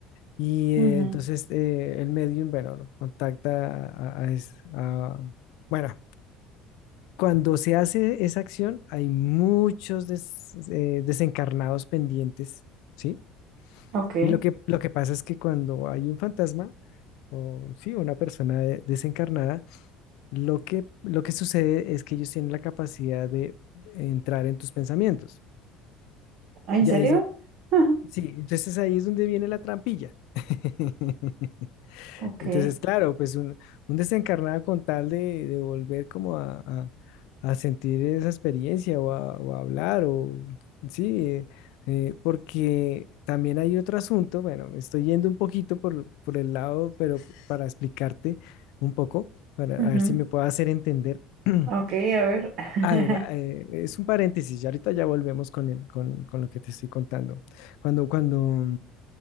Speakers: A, on the left (about 75°); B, on the right (about 60°).
A: Y
B: ujú,
A: eh, entonces eh, el medium, bueno, lo contacta a, a es- a- bueno, cuando se hace esa acción, hay muchos des- eh, desencarnados pendientes, ¿sí?
B: Ok.
A: Y lo que, lo que pasa es que cuando hay un fantasma, o sí, una persona de- desencarnada, lo que, lo que sucede es que ellos tienen la capacidad de entrar en tus pensamientos.
B: ¿Ah, ¿En
A: Y
B: serio?
A: ahí es do-
B: <laughs>
A: sí, entonces ahí es donde viene la trampilla. <laughs>
B: Ok.
A: Entonces, claro, pues un, un desencarnado con tal de, de volver como a, a- a sentir esa experiencia o a, o a hablar o sí, eh, eh, porque también hay otro asunto, bueno, me estoy yendo un poquito por, por el lado, pero para explicarte un poco, para
B: ujú,
A: a ver si me puedo hacer entender. <clears throat>
B: Ok, a ver. <laughs>
A: A ver, eh, es un paréntesis, y ahorita ya volvemos con, el- con, con lo que te estoy contando. Cuando, cuando